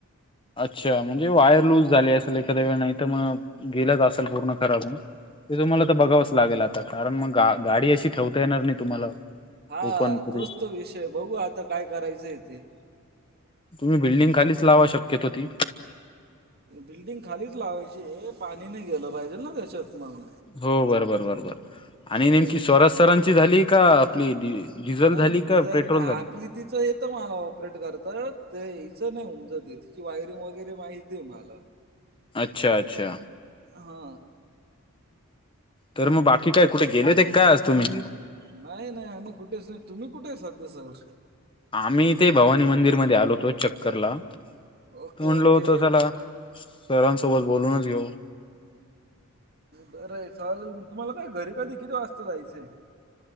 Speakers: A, on the left; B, on the right.
A: अच्छा म्हणजे वायर लूज झाली असेल एखाद्या वेळ नाही तर मग गेलाच असेल पूर्ण खराब होवून. ते तुम्हाला तर बघावंच लागेल आता कारण मग गा गाडी अशी ठेवता येणार नाही तुम्हाला.
B: हा
A: ओपन पुढे
B: तोच तो विषय बघू आता काय करायचं आहे ते.
A: तुम्ही बिल्डिंग खालीच लावा शक्यतो ती.
B: बिल्डिंग खालीच लावायची हे पाणी नाही गेलं पाहिजेल ना त्याच्यात मग
A: हो बरोबर बरोबर आणि
B: हो
A: नेमकी स्राज सरांची झाली का आपली डिझल
B: नाही
A: झाली
B: नाही डिझायर
A: का पेट्रोल
B: नाही आपली
A: झाली.
B: तिचं येतं मला ऑपरेट करत ते हचं नाही उमजते तिची वायरिंग वगैरे माहती आहे मला <unintelligible>
A: अच्छा अच्छा.
B: हा
A: तर मग बाकी काय कुठे गेले होते काय आज तुम्ही
B: नाही नाही आम्ही कुठेच नाही. तुम्ही कुठे आहे सध्या सर.
A: आम्ही इथे भवानी मंदिरमध्ये आलो होतो चक्करला.
B: ओके
A: म्हटलो
B: ओके
A: होतो चला
B: मी
A: सरांसोबत बोलूनच घेऊ.
B: बरं आहे चालल तुम्हाला काय घरी कधी किती वाजता जायचंय.